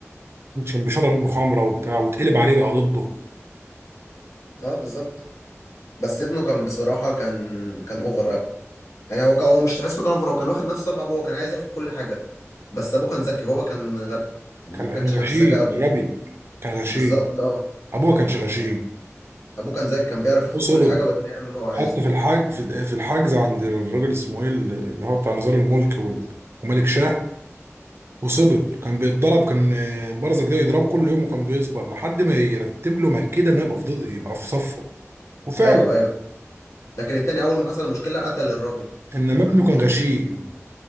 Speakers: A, on the right (about 55°); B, on the left (about 85°).
A: كان بيشرب مخامره وبتاع واتقلب عليه بقى ضده
B: اه بالظبط بس ابنه كان بصراحة كان كان اوفر اوي يعني هو كان هو مش تحسه كان اوفر هو كان واخد نفس طبع ابوه هو كان عايز ياخد كل حاجة بس ابوه كان ذكي هو كان غبي يعني
A: كان
B: ما كانش
A: كان
B: نفس
A: غشيم
B: ذكاء ابوه
A: غبي كان غشيم
B: بالظبط اه
A: ابوه ما كانش غشيم
B: يعني ابوه كان ذكي كان بيعرف ياخد
A: وصبر
B: كل حاجه بس يعمل اللي هو عايزه
A: حط في الحاج في ال- في الحجز عند الراجل اسمه ايه اللي هو بتاع مزار الملك وال- وملك شاه وصبر كان بيتضرب كان آه، برزة جديد يضربه كل يوم وكان بيصبر لحد ما يرتب له مكيده انه يبقى في ضد يبقى في صفه وفعلا
B: ايوه ايوه لكن التاني اول ما حصل مشكله قتل الراجل
A: انما
B: اه,
A: ابنه كان غشيم